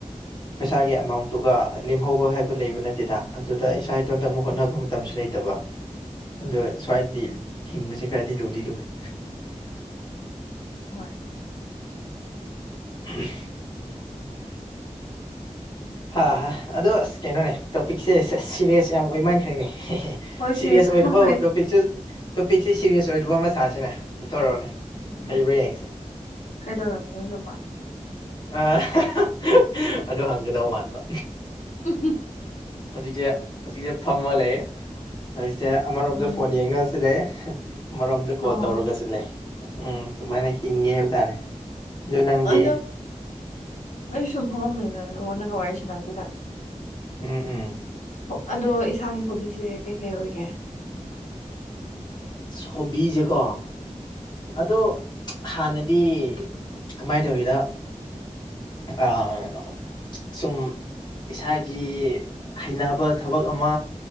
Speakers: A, on the left; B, on the left.
A: ꯄꯩꯁꯥꯒꯤ ꯑꯦꯃꯥꯎꯟꯇꯨꯒ ꯂꯦꯝꯍꯧꯕ ꯍꯥꯏꯕ ꯂꯩꯕ ꯅꯠꯇꯦꯗ ꯑꯗꯨꯗ ꯏꯁꯥ ꯏꯇꯣꯟꯇ ꯑꯃꯨꯛ ꯍꯣꯠꯅꯕ ꯃꯇꯝꯁꯨ ꯂꯩꯇꯕ
B: ꯎꯝ
A: ꯑꯗꯣ ꯁ꯭ꯋꯥꯏꯗꯗꯤ ꯍꯤꯡꯕꯁꯦ ꯈꯔꯗꯤ ꯂꯨꯗꯤ ꯂꯨꯏ
B: ꯍꯣꯏ꯫
A: ꯑꯍꯥꯝ ꯍꯥ-ꯍꯥ ꯑꯗꯣ ꯑꯁ ꯀꯩꯅꯣꯅꯦ ꯇꯣꯄꯤꯛꯁꯦ ꯁꯦꯁ ꯁꯤꯔꯤꯁ ꯌꯥꯝ ꯑꯣꯏ ꯃꯥꯟꯈ꯭ꯔꯦꯅꯦ ꯍꯦꯍꯦ
B: ꯍꯣꯏ
A: ꯁꯦꯔꯤꯌꯁ
B: ꯁꯤꯔꯁ
A: ꯑꯣꯏꯗꯕ
B: ꯍꯣꯏ
A: ꯇꯣꯄꯤꯛꯁꯨ ꯇꯣꯄꯤꯛꯁꯦ ꯁꯤꯔꯤꯌꯁ ꯑꯣꯏꯗꯕ ꯑꯃ ꯁꯥꯁꯤꯅꯦ ꯄꯨꯊꯣꯔꯛꯑꯣꯅꯦ
B: ꯅꯍꯣꯏ
A: ꯍꯩꯕ꯭ꯔꯥ ꯌꯦꯡꯁꯦ
B: ꯀꯩꯗꯧꯔꯝꯃꯤꯅꯣ ꯑꯗꯨꯕꯣ
A: ꯑ ꯑꯍꯥꯍꯥ ꯑꯗꯨ ꯍꯪꯒꯗꯧ ꯃꯥꯟꯕ
B: ꯎꯍꯨꯝ
A: ꯍꯧꯖꯤꯛꯁꯦ ꯃꯆꯤꯗ ꯐꯝꯃꯒ ꯂꯩꯢ ꯍꯧꯖꯤꯛꯁꯦ ꯑꯃꯔꯣꯝꯗ
B: ꯎꯝ
A: ꯐꯣꯟ ꯌꯦꯡꯉꯒꯁꯨ ꯂꯩ, ꯑꯃꯔꯣꯝꯗ ꯀꯣꯜ
B: ꯑꯣ
A: ꯇꯧꯔꯒꯁꯨ ꯂꯩ ꯎꯝ ꯁꯨꯃꯥꯏꯅ ꯍꯤꯡꯉꯦ ꯍꯥꯏꯕ ꯇꯥꯔꯦ ꯑꯗꯨ ꯅꯪꯗꯤ
B: ꯑꯗꯣ ꯑꯩ ꯁꯨꯝ ꯐꯝꯃꯝꯕꯅꯤꯗ ꯅꯪꯒ ꯋꯥꯔꯤ ꯁꯅꯕꯗꯨꯗ
A: ꯎꯝ ꯎꯝ
B: ꯑꯣ ꯑꯗꯣ ꯏꯁꯥꯒꯤ ꯍꯣꯕꯤꯁꯦ ꯀꯩ ꯀꯩ ꯑꯣꯏꯒꯦ
A: ꯍꯣꯕꯤꯁꯦ ꯀꯣ
B: ꯎꯝ
A: ꯑꯗꯣ ꯍꯥꯟꯅꯗꯤ ꯀꯃꯥꯏꯅ ꯇꯧꯒꯦꯗ ꯑꯥ ꯁꯨꯝ ꯏꯁꯥꯒꯤ ꯍꯩꯅꯕ ꯊꯕꯛ ꯑꯃ